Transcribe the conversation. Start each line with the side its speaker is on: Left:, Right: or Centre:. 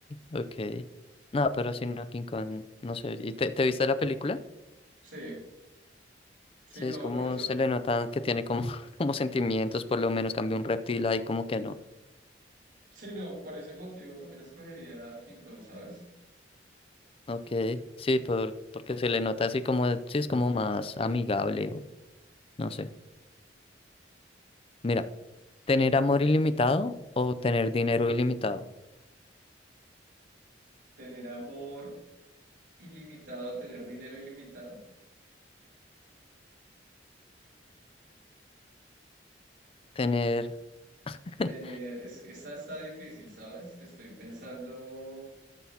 Left: ok. No, pero si no, King Kong, no sé. ¿Y te, te viste la película?
Right: Sí, sí,
Left: Sí,
Right: no,
Left: es como
Right: por eso,
Left: se le nota que tiene como, <laughs> como sentimientos, por lo menos cambia un reptil ahí como que no.
Right: sí, no, por ese motivo también escogería King Kong, ¿sabes?
Left: Ok, sí, por, porque se le nota así como, sí, es como más amigable o no sé. Mira, tener amor ilimitado o tener dinero ilimitado.
Right: Tener amor ilimitado, tener dinero ilimitado.
Left: Tener, <laughs>
Right: Tener, es que esa está difícil, ¿sabes? Estoy pensando,